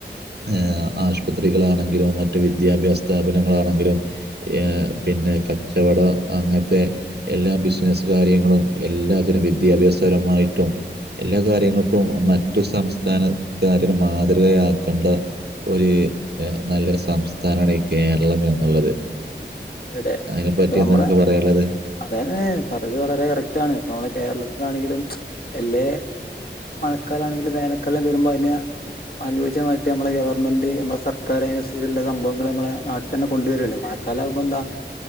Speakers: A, on the right; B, on the left.
A: ഏ, ആശുപത്രികളാണെങ്കിലും. മറ്റ് വിദ്യാഭ്യാസ സ്ഥാപനങ്ങളാണെങ്കിലും. ഏ പിന്നെ കച്ചവട, അങ്ങനത്തെ എല്ലാ ബിസിനസ്സ് കാര്യങ്ങളും എല്ലാത്തിനും വിദ്യാഭ്യാസപരമായിട്ടും എല്ലാ കാര്യങ്ങൾക്കും മറ്റു സംസ്ഥാനക്കാരനു മാതൃകയാക്കേണ്ട ഒരു നല്ലൊരു സംസ്ഥാനാണ് ഈ കേരളം എന്നുള്ളത്.
B: അതെ, അതെ,
A: അതിനെപ്പറ്റി
B: ഇപ്പ നമ്മള
A: എന്താ നിങ്ങൾക്ക് പറയാനുള്ളത്
B: അതായത് പറതി വളരെ കറക്റ്റ്ആണ് ഇപ്പ നമ്മള കേര, കേരളത്തിലാണെങ്കിലും. എല്ലേ മഴക്കാല ആണെങ്കിലും വേനൽക്കാലം വരുമ്പോ അതിനെ. അനുയോജ്യമായിട്ട് നമ്മെളെ ഗവൺമെന്റ് നമ്മളെ സർക്കാർ അതിനനുസരിച്ചുള്ള സംഭവങ്ങൾ നമ്മളെ നാട്ടിൽ തന്നെ കൊണ്ടുവരാണ്. മഴക്കാലം ആവുമ്പോ, ബന്ത,